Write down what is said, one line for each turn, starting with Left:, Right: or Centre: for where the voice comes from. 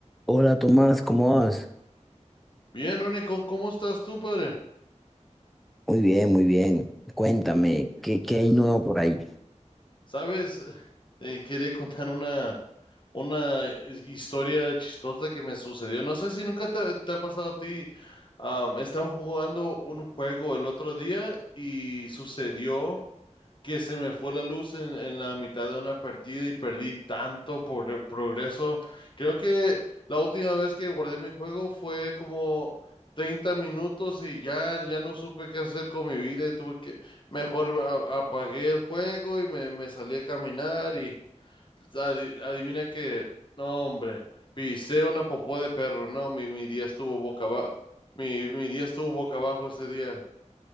Centre: Hola Tomás, ¿cómo vas?
Left: Bien, Ronnie, ¿cómo cómo estás tú, padre?
Centre: Muy bien, muy bien. Cuéntame, ¿qué, qué hay nuevo por ahí?
Left: Sabes, <laughs> Eh, quería contar una, una eh, historia chistosa que me sucedió. No sé si nunca te, te ha pasado a ti. Am, estaba jugando un juego el otro día y sucedió. que se me fue la luz en, en la mitad de una partida y perdí tanto por progreso. Creo que la última vez que guardé mi juego fue como 30 minutos y ya, ya no supe qué hacer con mi vida y tuve que, mejor a- apagué el juego y me, me salí a caminar y adi- adivina que, no hombre, pisé una popó de perro, no, mi, mi día estuvo boca abajo, mi, mi día estuvo boca abajo ese día.